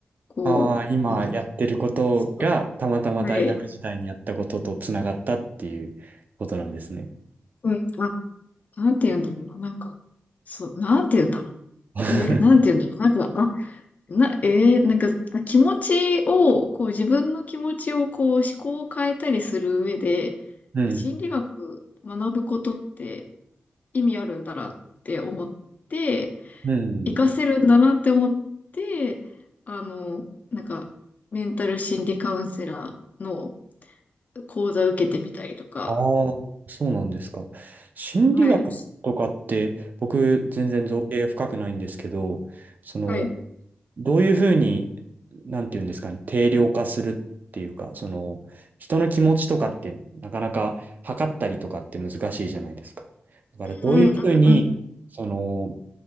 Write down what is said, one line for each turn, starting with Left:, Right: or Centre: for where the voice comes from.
Left: こう、
Right: ああ、今やってることがたまたま大学時代にやったこととつながったっていうことなんですね。
Left: な、そう、はい、うん、あ、なんて言うんだろうな、なんか、そう、なんて言うんだろう。
Right: <laughs>
Left: え、なんて言うんだろう。なんか、あ、な、えーなんか、あ気持ちを、こう、自分の気持ちを、こう、思考を変えたりする上で、
Right: うん。
Left: あ心理学学ぶことって意味あるんだなって思って、
Right: うん。
Left: 活かせるんだなって思って、あの、なんか、メンタル心理カウンセラーの講座受けてみたりとか、
Right: ああ、そうなんですか。心理学とかって僕全然造詣が深くないんですけど、
Left: はい。
Right: その
Left: はい。
Right: どういうふうに、なんていうんですかね、定量化するっていうか、その、人の気持ちとかって、なかなか測ったりとかって難しいじゃないですか。だから、どういうふうに、
Left: うんうんうん。
Right: その、